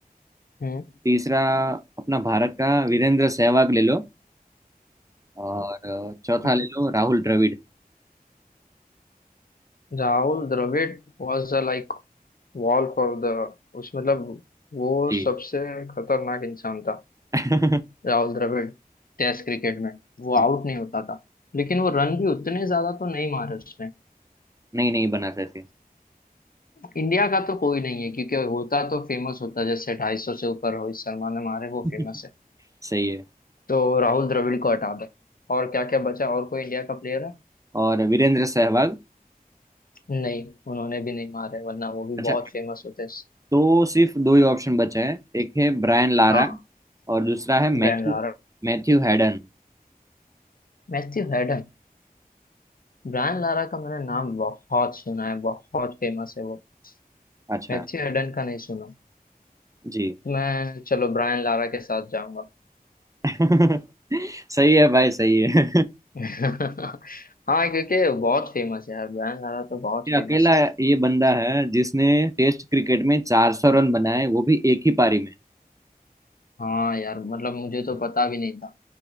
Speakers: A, on the left; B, on the right.
A: हम्म
B: तीसरा अपना भारत का वीरेंद्र सहवाग ले लो और अ, चौथा
A: हम्म
B: ले लो राहुल द्रविड़
A: Rahul Dravid was the like wall for the उस मतलब वो
B: जी
A: सबसे खतरनाक इंसान था
B: <laughs>
A: राहुल द्रविड़ टेस्ट क्रिकेट में वो आउट
B: जी।
A: नहीं होता था लेकिन वो रन भी उतने ज्यादा तो नहीं मारे उसने
B: नहीं नहीं बना सकते
A: इंडिया का तो कोई नहीं है क्योंकि होता तो फेमस होता जैसे ढाई सौ से ऊपर रोहित शर्मा ने मारे वो
B: <laughs>
A: फेमस है
B: सही है
A: तो राहुल द्रविड़ को हटा दे और क्या क्या बचा और कोई इंडिया का प्लेयर है
B: और वीरेंद्र सहवाग
A: नहीं उन्होंने भी नहीं मारे वरना वो भी
B: अच्छा
A: बहुत फेमस होते
B: तो सिर्फ दो ही ऑप्शन बचे हैं एक है ब्रायन लारा
A: हाँ
B: और दूसरा है मैथ्यू
A: Brian Lara,
B: Matthew Hayden
A: Matthew Hayden Brian Lara का मैंने नाम बहुत सुना है बहुत फेमस है वो
B: अच्छा
A: मैथ्यू हेडन का नहीं सुना
B: जी
A: तो मैं चलो ब्रायन लारा के साथ जाऊंगा
B: <laughs> सही है भाई सही है
A: <laughs> हाँ क्योंकि बहुत फेमस है यार ब्रायन लारा तो बहुत
B: ये
A: फेमस
B: अकेला
A: है
B: ये बंदा है जिसने टेस्ट क्रिकेट में 400 रन बनाए वो भी एक ही पारी में
A: हाँ यार मतलब मुझे तो पता भी नहीं था